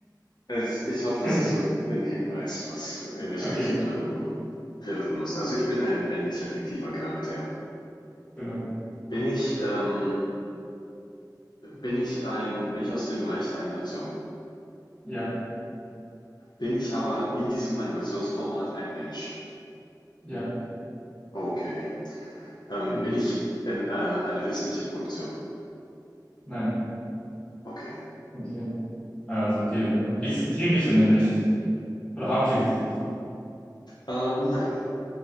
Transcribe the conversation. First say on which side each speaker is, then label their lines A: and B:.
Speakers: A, on the left; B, on the left.
A: Es, ich hoffe, das
B: <laughs>
A: ist so ein, ein Hinweis, was, in welche
B: Okay,
A: Richtung du pivoten musst. Also ich bin ein männlicher fiktiver Charakter.
B: genau.
A: Bin ich ähm, bin ich ein, bin ich aus dem Bereich der Animation.
B: Ja,
A: Bin ich aber in diesem Animationsformat ein Mensch?
B: ja.
A: Okay. Ähm,
B: Hm,
A: bin ich in, äh, eine westliche Produktion?
B: Nein,
A: Okay.
B: okay. Also, okay. ähm, Existiere ich denn nicht? Oder habe ich existiert?
A: Äh, nein.